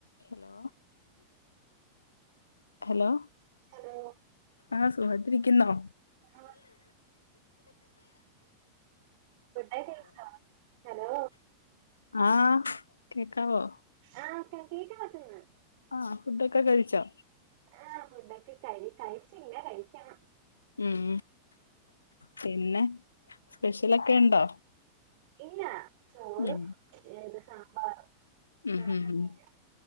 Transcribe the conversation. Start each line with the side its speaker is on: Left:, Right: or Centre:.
Left: Hello hello
Right: hello
Left: ആഹ് സുഹാട്ടിരിക്കുന്നോ?
Right: ആ ഫുഡൊക്കെ കയ്ച്ചോ ഹലോ
Left: ആഹ് കേക്കാവോ?
Right: ആഹ് കേക്കാ കേക്കാപറ്റുന്നുണ്ട്
Left: ആഹ് ഫുഡൊക്കെ കഴിച്ചോ?
Right: ആഹ് ഫുഡൊക്കെ കഴ് കഴിച്ചില്ല കഴിക്കണം
Left: ഉം പിന്നെ സ്പെഷ്യലൊക്കെ ഇണ്ടോ?
Right: ഇല്ല ചോറും
Left: ഉം
Right: ഏത് സാമ്പാറും
Left: ഉം
Right: ഉണക്കമീന്
Left: ഉം ഉം